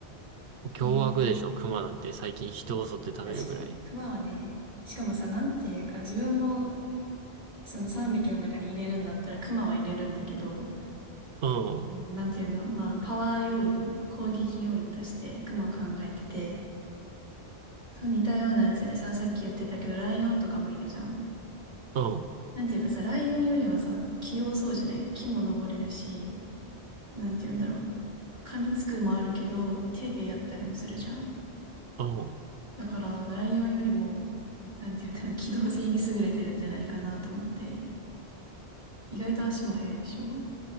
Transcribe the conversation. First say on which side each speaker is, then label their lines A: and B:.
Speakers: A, on the right; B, on the right.
A: 凶悪でしょ、
B: えー、
A: 熊なんて最近人を襲って食べるぐらい。
B: 確かに。クマはね、しかもさ、なんていうか、自分もその3匹の中に入れるんだったらクマは入れるんだけど、
A: うん、うん、
B: なんていうのまあ、パワー要因、攻撃要因としてクマ考えてて、そう似たようなやつでさ、さっき言ってたけど、ライオンとかもいるじゃん。
A: うん、
B: なんていうかさ、ライオンよりはさ、器用そうじゃない木も登れるし、なんていうんだろう。噛みつくもあるけど、手でやったりもするじゃん。
A: うん。
B: だから、ライオンよりも、なんていうんだろう、機動性に優れてるんじゃないかなと思って。意外と足も速いでしょ